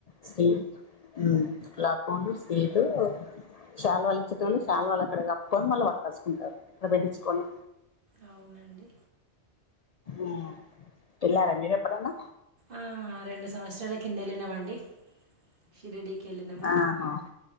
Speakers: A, on the left; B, on the right.
A: స్వీట్ ఉమ్ గులాబీ పూలు స్వీటు శాల్వళ్ళు ఇచ్చెటోళ్ళు శాల్వళ్ళు అక్కడ కప్పుకొని మళ్ళ వట్కోచుకుంటారు అక్కడ పెట్టించుకొని
B: అవునండీ
A: ఉ ఎల్లార మీరు ఎప్పుడన్న
B: ఆ రెండు సంవత్సరాల కింద వెళ్ళినమండీ షిర్డీ కి వెళ్ళినము
A: ఆహా